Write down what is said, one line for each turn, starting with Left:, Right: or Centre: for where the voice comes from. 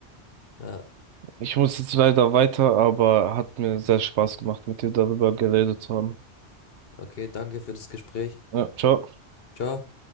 Left: ja,
Right: Ich muss jetzt leider weiter, aber hat mir sehr Spaß gemacht, mit dir darüber geredet zu haben.
Left: okay, danke für das Gespräch.
Right: Ja, ciao.
Left: Ciao.